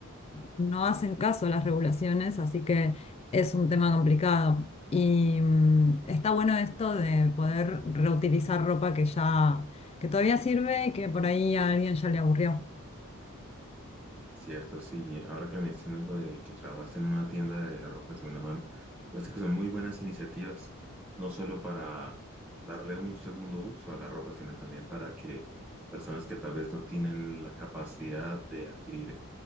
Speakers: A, on the left (about 25°); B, in the centre.
A: no hacen caso a las regulaciones, así que es un tema complicado. Y mm, está bueno esto de poder reutilizar ropa que ya, que todavía sirve y que por ahí a alguien ya le aburrió.
B: Cierto, sí, ahora que me mencionas lo de que trabajas en una tienda de ropa de segunda mano, me parece que son muy buenas iniciativas, no solo para darle un segundo uso a la ropa, sino también para que personas que tal vez no tienen la capacidad de adquirir